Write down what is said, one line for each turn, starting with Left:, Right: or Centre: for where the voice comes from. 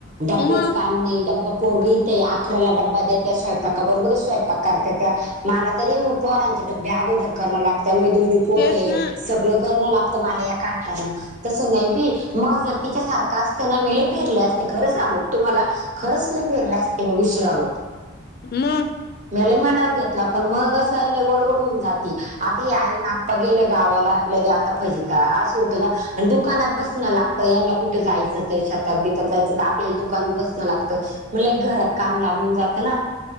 Right: डब्याचं
Left: मग
Right: काम नाही डब्बा पोरगेते अकरा्याला डब्बा देत. त्या स्वयंपाकाबरोबरच स्वयंपाक करतात त्या मला तरी पोरांचे डब्या अगोदर करणं लागतं म दोन्ही पोरं
Left: तेच
Right: आहे
Left: ना
Right: सगळं करणं लागतं मला या का हातानं. तसं नाही बी मग जर तिच्या सारखा असत ना मीले फिरले असते खरं सांग तुम्हाला खरंच नाही फेरलंचते मी उशीिरा आलोक.
Left: ना.
Right: म मनावर घेतला पण मग असं झा वडवड होन जात. आता ह आई ना आप्पा गेलं गावाला लगे आता फजता असं होतं ना. आणि दुकानात बसणं लागतं यांना कुठे जायचं तर छातात बितात जायचं तर आपल्याला दुकानात बसणं लागतं. म्हला एक घरात काम लांबून जातं ना.